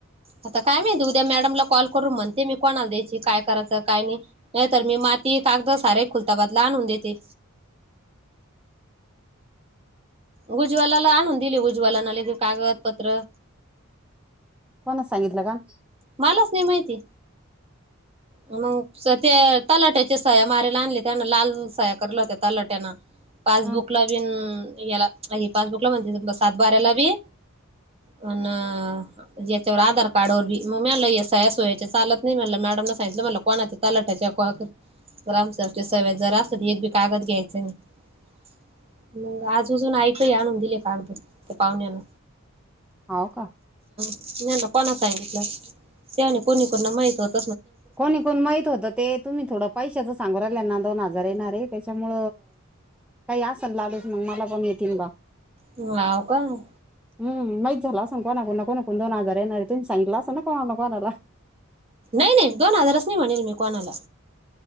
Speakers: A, on the right; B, in the centre.
A: आता काय माहिती उद्या मॅडमला कॉल करून म्हणते मी कोणाला द्याय काय करायचं काय नाही नाहीर मी म ती कागद सारे खुलता बादला आणून देते उज्वला ला आणून दिले उज्वल लगे कागदपत्र
B: कोणा सांगितलं का
A: मलाच नाही माहिती मग ते तलाट्याच्या सह्या मारारीला आणले त्यान लाल सह्या करल्या होत्या तलाट्यान पासबुक
B: हा
A: ला बीन पास्बुकला म्ह सात बारला भी अन ज याच आधार कार्डवर भी मग मला या स या्या सोयाच्या चालत नाही म्हला मॅडम न सांगितलं मला कोणाच्या लाटाच्या ग्रामसाहेबच्या सवय्या जरा अस एक बी कागद घ्यायचं म मग आजजून ऐकय आणून दिले कागदद त्या पाहुण्यान
B: होव का
A: नाही ना कोणा सांगितलं त्यावणी कोणी कोना माहित होत
B: कोणी कोण माहित होतं ते तुम्ही थोडं पशचं सांगु राहिल्या ना दोनहाजार येणार त्याच्यामुं काही अस सल् लालूस मग मला पण येतील बा
A: हम्म हाव का
B: हम्म माहित झाल असेल को ना कोणाकड न दोन हाजार येणार आहेत तुमी सांगितलं असंना कोणाला कोणाला
A: नाही नाही दोन हजारच नाही म्हणेल मी कोणाला